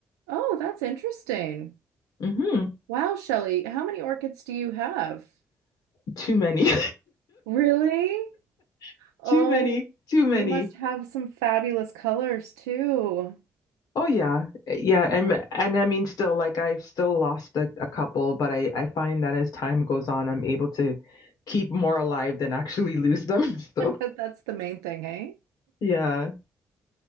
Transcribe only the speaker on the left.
hmm
Too many.
<laughs>
Too many. Too many.
Oh yeah. Eh, Yeah, and and I mean still like I've still lost a, a couple, but I I find that as time goes on, I'm able to keep more alive than actually lose them. <laughs> So
yeah,